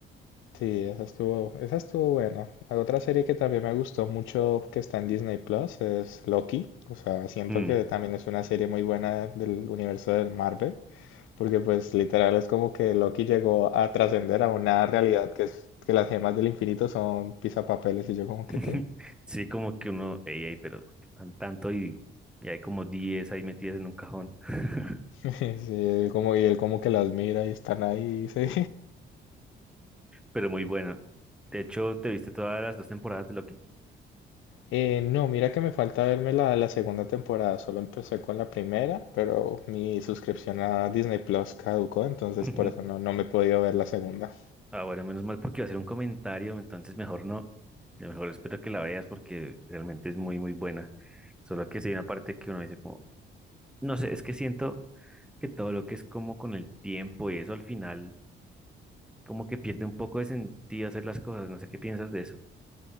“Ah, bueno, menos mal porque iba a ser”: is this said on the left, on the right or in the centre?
Centre